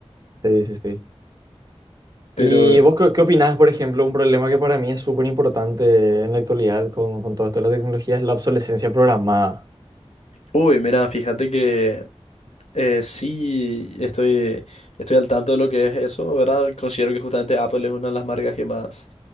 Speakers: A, on the right; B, on the left.
A: Sí, sí, sí.
B: Pero,
A: ¿Y vos qué, qué opinás, por ejemplo, un problema que para mí es súper importante en la actualidad con, con todo esto de la tecnología es la obsolescencia programada?
B: uy, mira, fíjate que eh, sí estoy, estoy al tanto de lo que es eso, ¿verdad? Considero que justamente Apple es una de las marcas que más